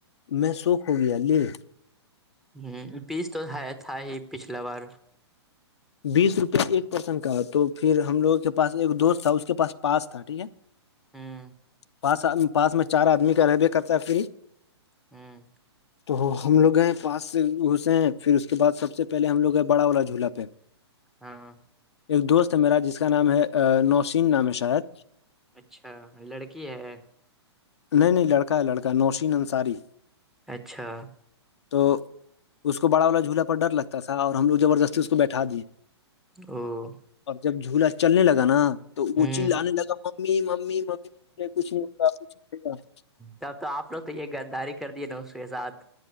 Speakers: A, on the left; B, in the centre.
A: میں شوک ہو گیا لے
B: ہ بیس تو ہے تھا ہی پیچھلا بار
A: بیس روپئے ایک پرسن کا تو پھر ہم لوگوں کے پاس ایک دوست تھا اس کے پاس پاس تھا ٹھیک ہے
B: ہاں
A: پاس پاس میں چار آدمی کا رہبے کرتا ہے فری
B: ہاں
A: تو ہم لوگ گئے پاس سے گھسے ہیں پھر اس کے بعد سب سے پہلے ہم لوگ گئے بڑا والا جھولا پہ <inaudible>
B: ہاں
A: ایک دوست ہے میرا جس کا نام ہے نوشین نام ہے شاید
B: اچھا لڑکی ہے
A: نہیں نہیں لڑکا ہے لڑکا نوشین انصاری
B: اچھا
A: تو اس کو بڑا والا جھولا پر ڈر لگتا تھا اور ہم لوگ زبردستی اس کو بیٹھا دیے
B: او
A: اور جب جھولا چلنے لگا نا تو وہ
B: ہوں
A: چیز لانے لگا ممی ممی ممی پے کچھ نہیں ہوگا کچھ نہیں ہوگا
B: تب تو آپ لوگ تو یہ غداری کر دیے نا اس کے ساتھ